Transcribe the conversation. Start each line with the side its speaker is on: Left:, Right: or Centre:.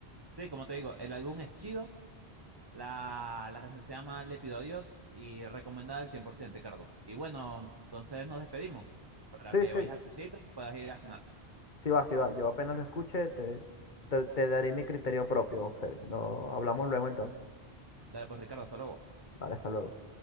Right: Sí, como te digo, el álbum es chido, La, la canción se llama Le pido a Dios y recomendada al 100% Ricardo. Y bueno, entonces nos despedimos para
Left: Sí,
Right: que
Left: sí,
Right: vayas a tu cita y puedas ir a cenar.
Left: sí va, sí va. Yo apenas lo escuche, te, te, te daré mi criterio propio, Félix. No, hablamos luego entonces.
Right: Dale, pues, Ricardo, hasta luego.
Left: Vale, hasta luego.